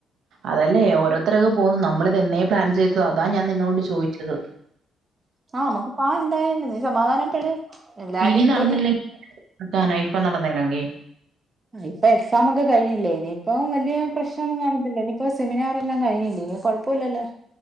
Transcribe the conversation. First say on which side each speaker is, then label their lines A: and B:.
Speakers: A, on the right (about 70°); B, on the right (about 25°).
A: അതല്ലേ ഓരോരുത്തങ്ങ് പോകുന്നു നമ്മളിത് എന്നെ പ്ലാൻ ചെയ്തതു അതാ ഞാൻ നിന്നോട് ചോദിച്ചത്
B: ആഹ് നമുക്ക് പാ എന്തായന്ന നീ സമാധാനപ്പെട് എല്ലാരും
A: ഇനി
B: ഇപ്പ
A: നടന്നില്ലെ <unintelligible> കാന ഇപ്പൊ നടന്നില്ലെങ്കി
B: ഇപ്പൊ എക്സാംക്കെ കഴിഞ്ഞില്ലേ ഇനിയിപ്പം വലിയ പ്രശ്നൊന്നും കാണത്തില്ല ഇനി ഇപ്പൊ സെമിനാറെല്ലാം കഴിഞ്ഞില്ലേ ഇനി കുഴപ്പല്ലല്ലോ